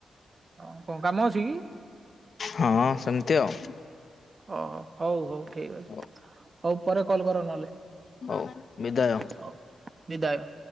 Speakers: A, on the right; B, on the left.
A: ଆଉ କଣ କାମ ଅଛି କି?
B: ହଁ ସେମିତି ଆଉ।
A: ଓହୋ ହଉ ହଉ ଠିକ ଅଛି
B: ହଉ
A: ହଉ ପରେ କଲ୍ କର ନହେଲେ।
B: ହଉ ବିଦାୟ।
A: ହଉ ବିଦାୟ।